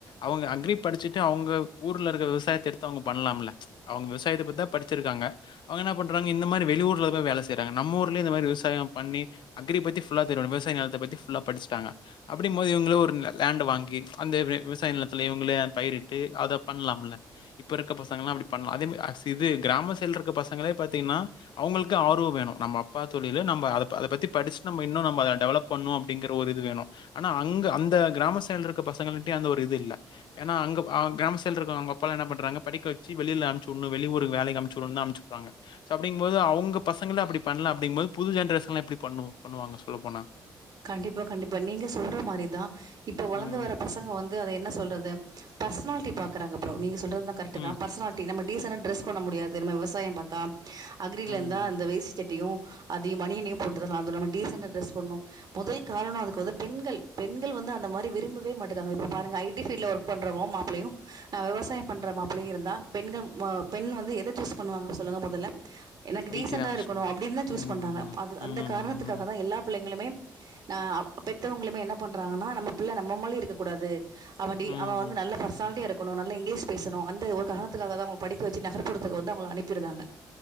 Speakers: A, on the left; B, on the right.
A: அவங்க அக்ரி படிச்சிட்டு அவுங்க ஊர்லருக்க விவசாயத்த எடுத்து அவுங்க பண்லாம்ல அவுங்க விவாயத்த பத்திதா படிச்சிருக்காங்க அவுங்க என்ன பண்றாங்க இந்தமாரி வெளியூர்ல தா வேல செய்றாங்க நம்மூர்லயே இந்தமாரி விவசாயம் பண்ணி அக்ரி பத்தி ஃபுல்லா தெரியணு விவசாய நெலத்த பத்தி ஃபுல்லா படிச்சிட்டாங்க அப்டிங்குபோது இவுங்களே ஒரு லேன்ட வாங்கி அந்த விவசாய நிலத்துல இவுங்களே பயிரிட்டு அத பண்லாம்ல இப்ப இருக்க பசங்கலா அப்டி பண்லா அதேமே மாரி இது கிராம சைடுல இருக்க பசங்களே பாத்தீங்னா அவுங்களுக்கே ஆர்வோ வேணு நம்ம அப்பா தொழில் நம்ம அத அத பத்தி படிச்சிட் இன்னு டெவலப் பண்ணு அப்படிங்கிற ஒரு இது வேணு ஆனா அங்க அந்த கிராமத் சைடுல இருக்கற பசங்க கிட்டயே அந்த ஒரு இது இல்ல ஏனா அங்க கிராமத் சைடுல இருக்கிறவங் அப்பாங்கள்ளா என்ன பண்றாங்க படிக்க வெச்சு வெளில அம்ச்சிவுடுனு வெளி ஊருக்கு வேலைக்கு அம்ச்சிவுடுனுனு தா அம்ச்சிவுடுறாங்க ஸோ அப்டிங்குபோது அவுங்க பங்கங்கள அப்டி பண்லாம் அப்டிங்குமோது புது ஜென்ரேஷன்லா எப்டி பண்ணு பண்ணுவாங்க சொல்லப்போனா.
B: கண்டிப்பா கண்டிப்பா கண்டிப்பா நீங்க சொல்ற மாரிதா இப்போ வளந்து
A: ம்.
B: வர்ர பசங்க வந்து அத என்ன சொல்றது பர்சனால்ட்டி பாக்கறாங்க ப்ரோ நீங்க சொல்றது த கரெக்ட்டு
A: ம்.
B: தா பர்சனால்ட்டி நம்ம டீசன்னா ட்ரஸ் பண்ண முடியாது நம்ம விவசாயம் பாத்தா அக்ரிலருந்தா
A: ம்.
B: அந்த வேஸ்ட்டி சட்டையு அதியு மணியினியு போட்டுதா நம்ம டீசன்ட்டா ட்ரெஸ் போன்னோ மொதல் காரணோ‌ அதுக்கு வந்து பெண்கள் பெண்கள் வந்து அந்த மாரி விரும்பவே மாட்டுதாங்க இப்ப பாருங்க ஐ டி ஃப்பீல்டுல வொர்க் பண்றவோ மாப்புளையு அஹ் விவசாயம் பண்ற மாப்புளையு இருந்தா பெண்கள் ம் அஹ் பெண் வந்து எத சூஸ் பண்ணுவாங்க சொல்லுங்க மொதல்ல எனக்கு டீசென்டா
A: ஐடி தான் யூஸ்
B: இருக்கணு
A: பண்ணுவாங்க.
B: அப்டின் தா சூஸ்
A: ம்.
B: பண்றாங்க அது
A: ம்.
B: அந்த காரணத்துக்காக
A: ம். ம்.
B: தா எல்லாப் பிள்ளைங்களுமே அஹ் அப் பெத்தவங்களுமே என்ன பண்றாங்கன்னா நம்ம பிள்ள நம்மமாலி இருக்கக் கூடாது அவடி
A: ம்
B: அவ வந்து நல்ல பர்சனாலிட்டியாருக் போனோ நல்ல இங்கிலீஷ் பேசணு அந்த ஒரு காரணத்துக்காக தா அவங்க படிக்க வச்சி நகரபுறத்துக்கு வந்து அவங்ள அனுப்பிடுறாங்க